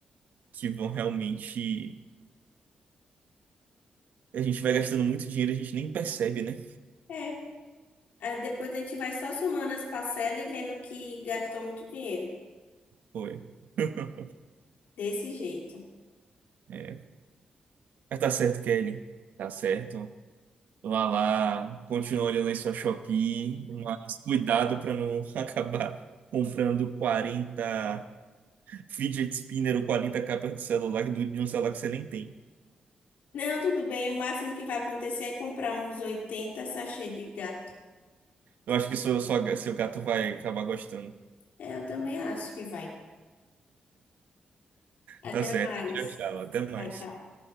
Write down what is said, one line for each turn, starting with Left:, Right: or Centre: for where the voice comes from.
Right: que vão realmente. A gente vai gastando muito dinheiro, e a gente nem percebe, né?
Left: É. Ah, depois a gente vai só somando as parcelas e vendo que gastou muito dinheiro.
Right: Foi. <laughs>
Left: Desse jeito.
Right: É. Mas tá certo, Kelly. Tá certo. Vá lá, continua olhando aí sua Shopee, mas cuidado para não <laughs> acabar comprando quarenta fidget spinner ou quarenta capas de celular do- de um celular que você nem tem.
Left: Não, tudo bem. O máximo que vai acontecer é comprar uns 80 sachê de gato.
Right: Eu acho que seu, sua- seu gato vai acabar gostando.
Left: É, eu também acho que vai. Até
Right: Tá certo.
Left: mais.
Right: Tchau, tchau. Até mais.
Left: Tchau, tchau.